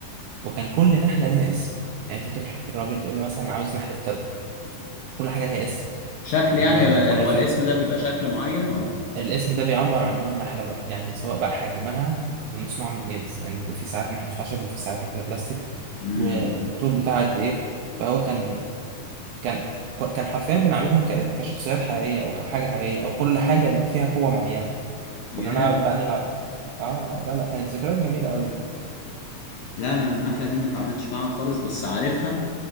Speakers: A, on the right (about 80°); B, on the left (about 75°).
A: وكان كل نحلة ليها اسم يعني انت تروح الراجل تقول له مثلا عاوز نحلة كذا كل حاجة ليها اسم
B: شكل يعني
A: و-
B: يبقى-
A: وكنا
B: هو
A: ف...
B: الاسم ده بيبقى شكل معين ولا
A: الاسم ده بيعبر عن نوع النحلة بقى يعني سواء بقى حجمها مصنوعة من ايه بس يعني بيبقى في ساعات نحلة خشب وفي ساعات نحلة بلاستيك
B: امم
A: والطول بتاعها قد ايه فهو كان كان كان حرفيا بنعملهم ك- كشخصيات حقيقية أو كحاجة حقيقية أو كل حاجة فيها قوة معينة
B: جامد
A: كنا نلعب بقى نلعب اه لا لا كانت ذكريات جميلة قوي
B: لا انا النحله دي ما اتعاملتش معاها خالص بس عارفها